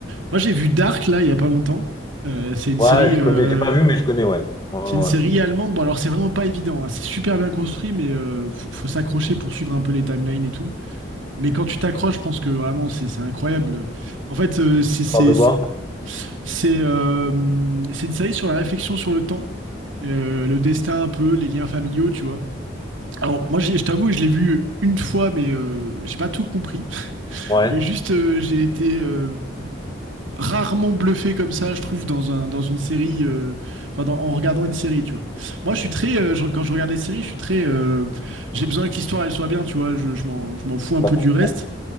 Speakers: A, on the right; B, on the left.
A: Moi, j'ai vu Dark, là, il y a pas longtemps. Euh, c'est une
B: Ouais,
A: série,
B: je connais,
A: euh,
B: j'ai pas vu, mais je connais, ouais. Ouais, ouais.
A: c'est une série
B: ouais.
A: allemande. Bon, alors, c'est vraiment pas évident, hein. C'est super bien construit, mais euh, faut, faut s'accrocher pour suivre un peu les timelines et tout. Mais quand tu t'accroches, je pense que vraiment, c'est c'est incroyable. En fait, euh, c'est c'est-
B: Un peu
A: c'est-
B: quoi?
A: c'est, euh, c'est une série sur la réflexion sur le temps, euh, le destin un peu, les liens familiaux, tu vois. Alors, moi, j'ai- je t'avoue, je l'ai vu une fois, mais euh, j'ai pas tout compris.
B: Ouais.
A: Mais juste, euh, j'ai été euh, rarement bluffé comme ça, je trouve, dans un, dans une série, euh, enfin, dans- en regardant une série, tu vois. Moi, je suis très, euh, je- quand je regarde des séries, je suis très, euh, j'ai besoin que l'histoire, elle soit bien, tu vois. Je, je m'en, je m'en fous un
B: Bah,
A: peu du reste.